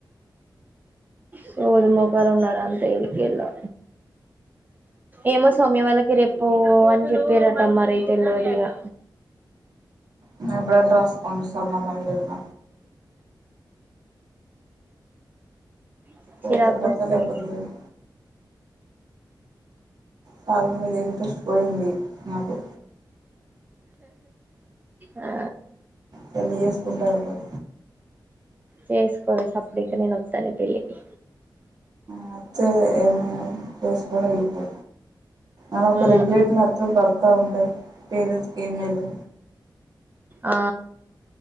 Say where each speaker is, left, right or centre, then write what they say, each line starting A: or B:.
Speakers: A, on the right; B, on the right.
A: సోది ముోకాాల ఉన్నడా అంత వెకలా ఏమస్ సోమ్య వాళ్ళకి రేప్పు అని చెప్పారట మరి అయితే లేదుగా
B: <unintelligible> సంబంధం లేదుిన
A: స చిరా
B: పోతే
A: కొటీకానీ
B: పోతే లేకపోతే లేదు పాాల మీద ఇంట్రెస్ట్ పోయింది నాకు
A: ఆ
B: పేలి చేేసుకుంటెఐపోత
A: చేసుకోవే సప్పటిక నేను వస్త నీ పెళ్ళలిికి.
B: నచ్చే ఏమన్నా చేసుకొని వెళ్ళిపో అలా
A: మ్మ్
B: కిగ్రేట్ నచ్చుదా బ కా ఉంటే పేరనట్స్ కి మేలు.
A: ఆ